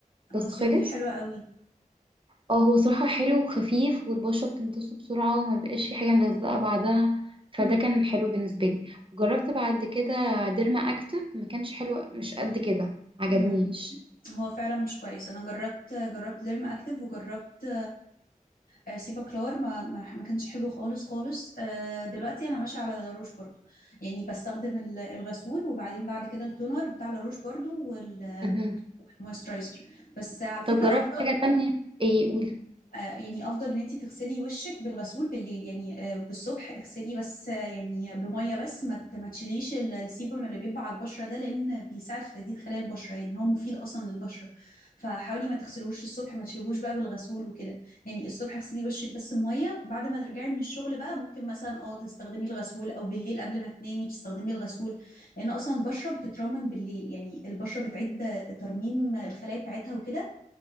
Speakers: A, on the right; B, on the left.
A: بس
B: اه سيرافي
A: خلص
B: حلوة قوي
A: اه هو صراحة حلو وخفيف والبشرة بتمتصه بسرعة وما بقاش في حاجة ملزقة بعدها فده
B: امم
A: كان حلو بالنسبة لي وجربت بعد كده ديرما أكتف ما كانش حلو مش قد كده عجبنيش
B: امم هو فعلا مش كويس انا جربت جربت ديرما اكتف وجربت آه، سيبا كلار ما ما ما كانش حلو خالص خالص آه، دلوقتي انا ماشيه على لاروش برضو يعني بستخدم ال- الغسول وبعدين بعد كده التونر بتاع لاروش برضو وال
A: <laughs>
B: والمويسترايزر بس على فكره
A: طب جربت
B: افضل
A: حاجة تانية ايه قولي
B: آه، يعني افضل ان انت تغسلي وشك بالغسول بالليل يعني آه، بالصبح اغسليه بس آه، يعني بميه بس ما ت- ما تشيليش ال- السيبم اللي بيبقى على البشره ده لان بيساعد في تجديد خلايا البشره يعني هو مفيد اصلا للبشره فحاولي ما تغسلوش الصبح ما تشيلوش بقى بالغسول وكده يعني الصبح اغسلي وشك بس بميه بعد ما ترجعي من الشغل بقى ممكن مثلا اه تستخدمي الغسول او بالليل قبل ما تنامي تستخدمي الغسول لان اصلا البشره بتترمم بالليل يعني البشره بتعيد ترميم الخلايا بتاعتها وكده